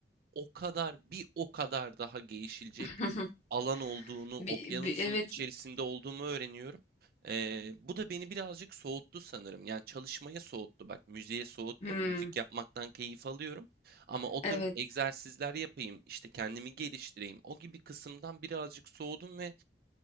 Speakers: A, on the right; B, on the left.
A: o kadar bir o kadar daha gelişilecek
B: <laughs>
A: alan olduğunu,
B: Bir,
A: okyanusun
B: bir- evet.
A: içerisinde olduğumu öğreniyorum. Ee, bu da beni birazcık soğuttu sanırım. Yani çalışmaya soğuttu. Bak müziğe soğutmadı.
B: Hmm.
A: Müzik yapmaktan keyif alıyorum. Ama oturup
B: Evet.
A: egzersizler yapayım, işte kendimi geliştireyim. O gibi kısımdan birazcık soğudum ve